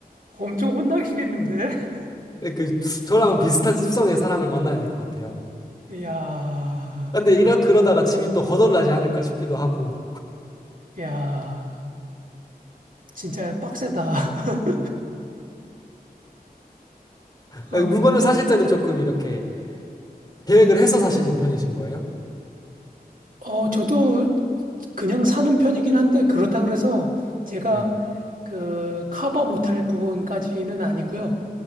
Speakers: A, on the right (about 60°); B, on the left (about 25°).
A: 엄청 혼나시겠는데? <laughs>
B: 네, 그 저랑 비슷한 습성의 사람을 만나야 될 것 같아요.
A: 야,
B: 근데 이러 그러다가 집이 또 거덜나지 않을까 싶기도 하고
A: 야, 진짜 빡세다. <laughs>
B: 아,
A: 어,
B: 물건을 사실 때는 조금 이렇게 계획을 해서 사시는 편이신 거예요?
A: 어, 저도 그냥 사는 편이긴 한데 그렇다 그래서 제가
B: 네.
A: 그 커버 못할 부분까지는 아니고요.